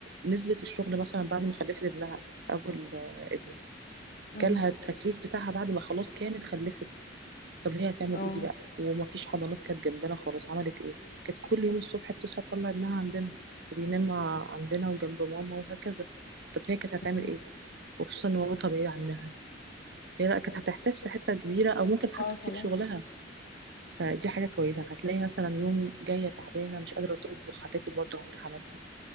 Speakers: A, on the right; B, on the left.
A: نزلت الشغل مثلا بعد ما خلفت ابنها اول آه، ابن
B: امم
A: جالها التكليف بتاعها بعد ما خلاص كانت خلفت طب هي هتعمل
B: اه
A: ايه دي بقى ومفيش حضانات كانت جنبنا خالص عملت ايه كانت كل يوم الصبح بتصحى تطلع ابنها عندنا وبينام مع- عندنا وجنب ماما وهكذا طب هي كانت هتعمل
B: امم
A: ايه وخصوصا ان مامتها بعيدة عنها هي بقى كانت هتحتاس في حتة كبيرة او ممكن حتى
B: اه طبعا
A: تسيب شغلها فدي حاجة كويسة هتلاقي مثلا يوم جاية تعبانة مش قادرة تطبخ هتاكل برضه عند حماتها